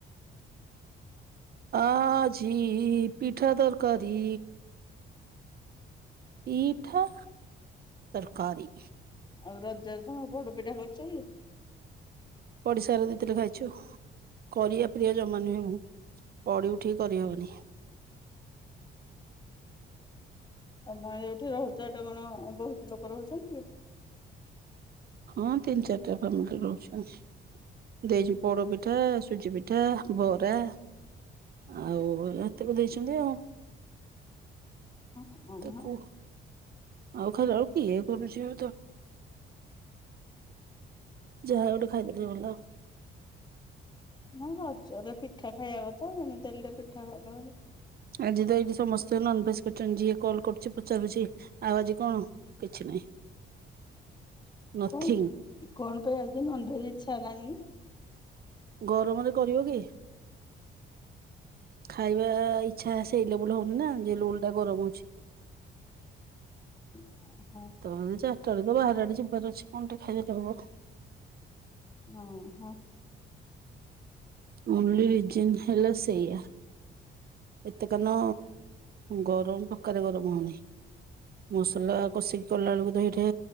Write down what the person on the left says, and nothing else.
ଆଉ ରଜରେ ତମେ ପୋଡପିଠା କରୁଛ କି?
ତମ ଯୋଉଠି ରହୁଛ ହେଟି କଣ ବହୁତ ଲୋକ ରହୁଛନ୍ତି।
ହଁ।
ହଁ ରଜରେ ପିଠା ଖାଇବା କଥା ଯେମିତି ହେଲେ ପିଠା ଖାଇଲା।
କଣ କଣ ପାଇଁ ଆଜି ନନଭେଜ୍ ଇଚ୍ଛା ହେଲାନି?
ଓହୋ।
ହଁ ହଁ।